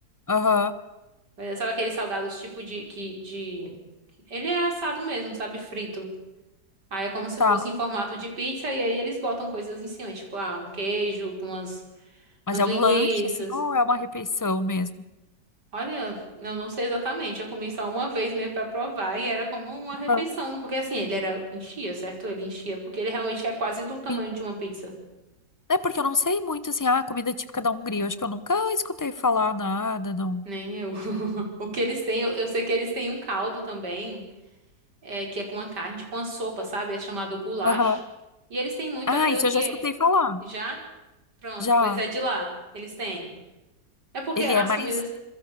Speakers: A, on the left (about 15°); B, on the right (about 65°).
A: aham,
B: É, Sabe aqueles salgados tipo de, que, de... Ele é assado mesmo, sabe? Frito. Aí é como se
A: Tá.
B: fosse em formato de pizza e aí eles botam coisas em cima, tipo, ah, um queijo com umas,
A: Mas
B: umas
A: é
B: linguiças.
A: um lanche, assim, ou é uma refeição mesmo?
B: Olha, eu não sei exatamente. Eu comi só uma vez mesmo pra provar e era como uma refeição,
A: aham.
B: porque assim, ele era enchia, certo? Ele enchia porque ele realmente é quase do tamanho
A: Sim.
B: de uma pizza.
A: É porque eu não sei muito, assim, ah, comida típica da Hungria. Eu acho que eu nunca escutei falar nada, não.
B: Nem eu. <laughs> O que eles têm, eu, eu sei que eles têm um caldo também, é, que é com a carne, tipo uma sopa, sabe? É chamado goulash.
A: aham.
B: E eles têm muito
A: Ah,
B: aquilo
A: isso
B: que
A: eu já escutei
B: é...
A: falar.
B: já pronto,
A: Já.
B: pois é de lá. Eles têm. É porque
A: Ele
B: as
A: é mais
B: comidas,